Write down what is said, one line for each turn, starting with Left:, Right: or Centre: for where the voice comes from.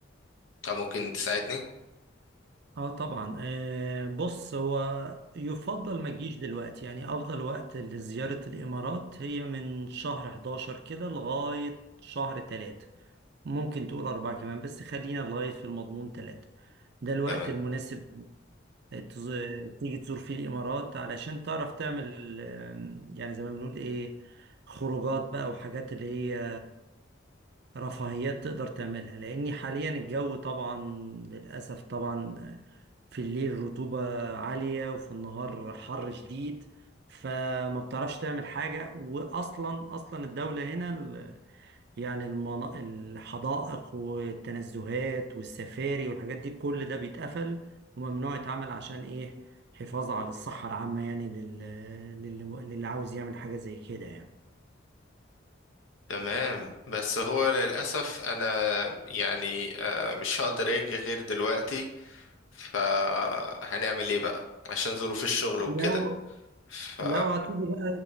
Left: فممكن تساعدني؟
Right: اه طبعا آه بص هو يفضل ما تجيش دلوقتي يعني افضل وقت لزيارة الامارات هي من شهر 11 كده لغاية شهر 3 ممكن تقول أربعة كمان بس خلينا لغاية في المضمون 3 ده الوقت
Left: تمام
Right: المناسب تز- تيجي تزور فيه الامارات علشان تعرف تعمل آه، يعني زي ما بنقول ايه خروجات بقى وحاجات اللي هي رفاهيات تقدر تعملها لأني حاليا الجو طبعا للأسف طبعا في الليل رطوبة عالية وفي النهار حر شديد فما بتعرفش تعمل حاجة وأصلا أصلا الدولة هنا ال- يعني المنا- الحدائق والتنزهات والسفاري والحاجات دي كل ده بيتقفل وممنوع يتعمل عشان إيه حفاظ على الصحة العامة يعني لل- للي للي عاوز يعمل حاجة زي كده يعني
Left: تمام بس هو للأسف أنا يعني آه، مش هقدر أجي غير دلوقتي فهنعمل ايه بقى عشان ظروف الشغل وكده
Right: لو
Left: ف
Right: لو هتيجي بقى